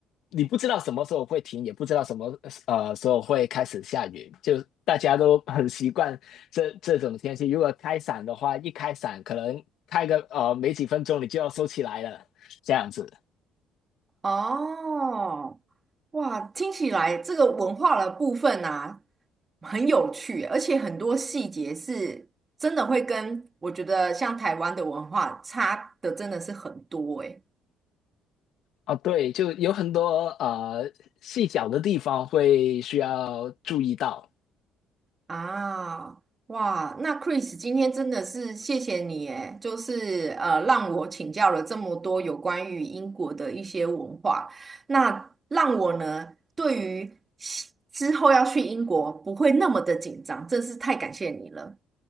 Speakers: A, on the left; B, on the right.
A: 你不知道什么时候会停，也不知道什么呃时候会开始下雨，就大家都 <laughs> 很习惯这这种天气。如果开伞的话，一开伞可能开个呃没几分钟你就要收起来了，这样子。
B: 哦，哇，听起来这个文化的部分啊，很有趣，而且很多细节是真的会跟我觉得像台湾的文化差的真的是很多诶。
A: 哦，对，就有很多呃细小的地方会需要注意到。
B: 啊，哇，那 Chris 今天真的是谢谢你诶，就是呃，让我请教了这么多有关于英国的一些文化，那让我呢对于西之后要去英国不会那么的紧张，真是太感谢你了。